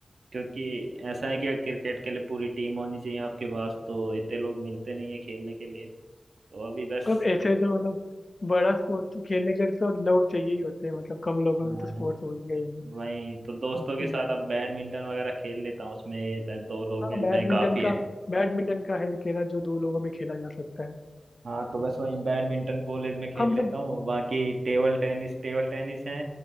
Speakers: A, on the right; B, on the left.
A: क्योंकि ऐसा है कि क्रिकेट के लिए पूरी टीम होनी चाहिए आपके पास तो इतने लोग मिलते नहीं है खेलने के लिए तो अभी बस
B: मतलब ऐसे
A: तो
B: तो मतलब बड़ा स्पोर्ट खेलने के लिए तो लोग चाहिए ही होते हैं मतलब कम लोगों
A: हाँ
B: में तो स्पोर्ट्स हो ही गए ही
A: वही तो दोस्तों
B: मुश्किल
A: के साथ
B: है
A: अब बैडमिंटन वगैरह खेल लेता हूँ उसमें बस दो लोग
B: हाँ
A: मिल
B: बैडमिंटन
A: जाए काफी है
B: का बैडमिंटन का है खेला जो दो लोगों में खेला जा सकता है
A: हाँ तो बस वही बैडमिंटन कॉलेज में खेल
B: हाँ मतलब
A: लेता हूँ बाकी टेबल टेनिस टेबल टेनिस है